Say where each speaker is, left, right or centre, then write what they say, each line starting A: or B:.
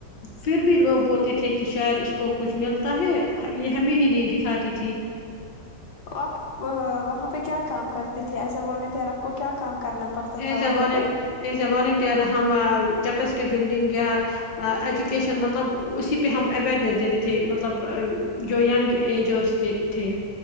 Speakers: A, on the left; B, on the left.
A: پھر بھی لوگ بولتے تھے کہ شاید اس کو کچھ ملتا ہے یہ ہمیں ہی نہیں دکھاتی تھی
B: اپ وہاں پہ کیا کام کرتے تھے ایز اے والنٹر اپ کو کیا کام کرنا پڑتا
A: ایز
B: تھا وہاں
A: اے والنٹ
B: پہ
A: ایز اے والنٹیر ہم جیبسٹری بلڈنگ گا ایجوکیشن مطلب اسی پہ ہم اوئیرنیس دیتے تھے مطلب جو ینگ ایج اور اتھے